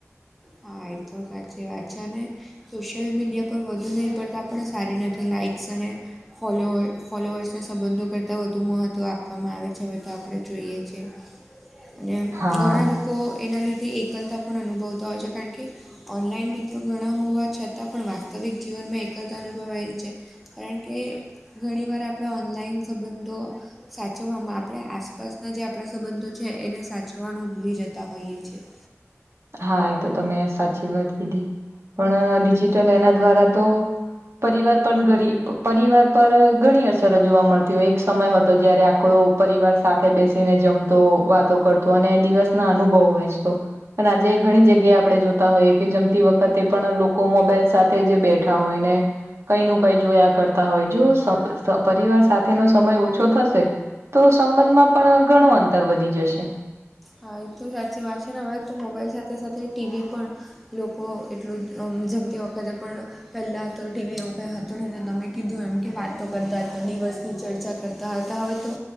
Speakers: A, in the centre; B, on the right (about 65°).
A: હ તો સાચી વા છેને સોશિયલ મીડિયા પર વધુ નિર્ભરતા પણ સારી નથી લાઇક્સ અને ફોલોવ ફોલોવર્સના સંબંધો કરતાં વધુ મહત્ત્વ આપવામાં આવે છે વધ આપણે જોઈએ છ છેીએ અને
B: હા
A: ઘણા લોકો એના લીધે એકલતા પણ અનુભવતા હોય છે કારણ કે ઓનલાઈન મિત્રો ઘણા હોવા છતાં પણ વાસ્તવિક જીવનમાં એકલતા અનુભવા છે. કારણ કે ઘણીવાર આપણે ઓનલાઈન સંબંધો સાચવવામાં આપણે આસપાસના જે આપણા સંબંધો છે એને સાચવવાનું ભૂલી જતા હોઈએ છીએ
B: હા એ તો તમે સાચી વાત કીધી પણ ડિજિટલ એના દ્વારા તો પરિવાર પણ ગરીબ પરિવાર પર ઘણી અસર જોવા મળતી હોય એક સમય હતો જય્યારે આખો પરિવાર સાથે બેસીને જમ તો વાતો કરતો અને દિવસ ના અનુભવ વહેચતો પણ આજે ઘણી જગ્યાએ આપણે જોતા હોઈએ કે જમતી વખતે પણ લોકો મોબાઈલ સાથે જે બેઠા હોય ને કઈ ન કઈ જોયા કરતા હોય જો પરિવાર સાથેનોો સમય ઓછો થશે તો સંબંધમાં પણ ઘણું અંતર વધી જશે
A: હા એ તો સાચી વાત છે ને હવે તો મોબાઈલ સાથે સાથે ટીવી પણ લોકો એટલું જ જમતી વખતે પણ પહેલાં તો ટીવી ઉપર હતું નહી તો તમે કીધું એમ કે વાતો કરતા હતા દિવસની ચર્ચા કરતા હતા હવે તો